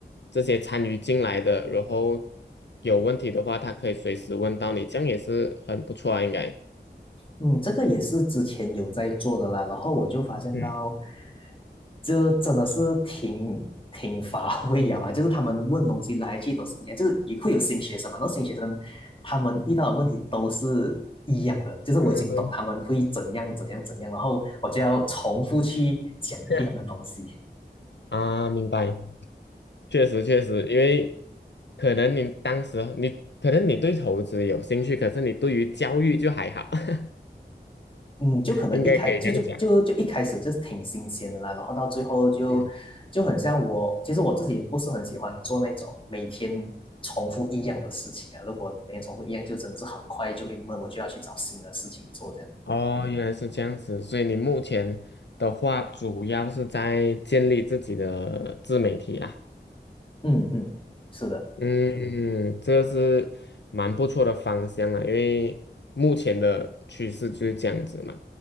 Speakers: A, on the left; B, on the left.
A: 这些参与进来的，然后有问题的话，他可以随时问到你，这样也是很不错啊，应该。
B: 嗯，这个也是之前有在做的啦，然后我就发现到，
A: 嗯，
B: 这真的是挺挺乏 <laughs> 味啊，就是他们问东西来去都是一样，就是也会有新学生嘛，那新学生他们遇到的问题都是一样的，就是我已经懂他们会怎样怎样怎样，
A: 嗯。
B: 然后我就要重复去讲一样的东西。
A: 这样，啊，明白，确实确实，因为可能你当时你可能你对投资有兴趣，可是你对于教育就还好，<laughs>
B: 嗯，就可能一开就就就就一开始就是挺新鲜的啦，
A: 应该可以这样讲。
B: 然后到最后就就很像我，
A: 嗯，
B: 其实我自己不是很喜欢做那种每天重复一样的事情啊。如果每天重复一样，就真的是很快就会闷，我就要去找新的事情做这样。
A: 哦，原来是这样子，所以你目前的话主要是在建立自己的自媒体啦。
B: 嗯嗯，是的。
A: 嗯，这是蛮不错的方向啊，因为目前的趋势就是这样子嘛。